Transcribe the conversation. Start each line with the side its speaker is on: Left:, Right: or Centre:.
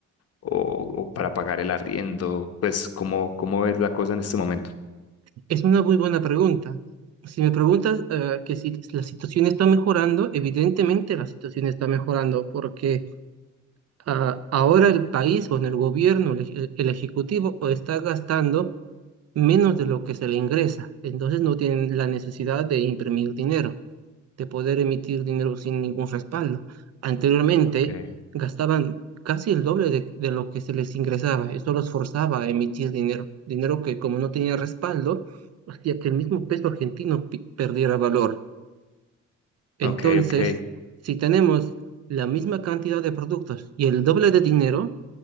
Left: o, o para pagar el arriendo. Pues cómo, cómo ves la cosa en este momento.
Right: Es una muy buena pregunta. Si me preguntas eh, que si la situación está mejorando, evidentemente la situación está mejorando porque ah, ahora el país o en el gobierno, el, eje- el ejecutivo, o está gastando menos de lo que se le ingresa. Entonces no tienen la necesidad de imprimir dinero. de poder emitir dinero sin ningún respaldo. Anteriormente
Left: Okay,
Right: gastaban casi el doble de, de lo que se les ingresaba. Eso los forzaba a emitir dinero, dinero que como no tenía respaldo, hacía que el mismo peso argentino pi- perdiera valor. Entonces,
Left: okay, okay,
Right: si tenemos la misma cantidad de productos y el doble de dinero,